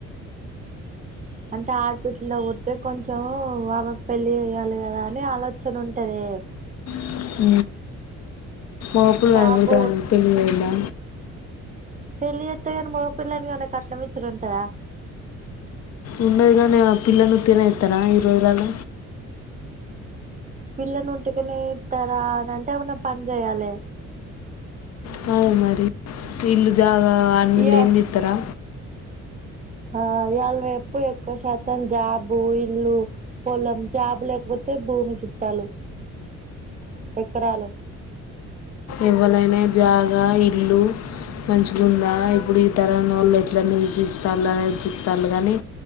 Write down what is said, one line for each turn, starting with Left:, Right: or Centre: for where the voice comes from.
Right: అంటే ప్చ్ ఆడబిడ్లు పుడితే కొంచెం వాళ్లకి పెళ్లి చేయాలి కదా అని. అనే ఆలోచన ఉంటాదే.
Left: <unintelligible> ఇంకేం
Right: బాబు
Left: చేయాల
Right: పెళ్ళి జేస్తేగాని మగ పిల్లనికిగాని ఏమన్నా కట్నం ఇచ్చేదిటుంటాదా?
Left: ఉండదు గదనే ఆ పిల్లను ఉత్తిగనే ఇత్తరా ఈ రోజులల్ల?
Right: పిల్లను ఉంటికనేస్తార అని అంటే ఏమన్నా పని చేయాలి.
Left: కాద్ మరి ఇల్లు జాగా అన్ని
Right: ఇయా
Left: లేంది ఇత్తరా?
Right: ఆ ఇయాళ రేపు ఎక్కువ శాతం జాబు, ఇల్లు పొలం, జాబు లేకపోతే భూమి చిత్తాలు. ఎకరాలు
Left: ఎవ్వనైనా జాగ, ఇల్లు మంచిగుందా ఇప్పుడు ఈ తరంనోళ్ళు. ఇట్లా నివసిస్తారు. అనేది చుట్టాలు గానీ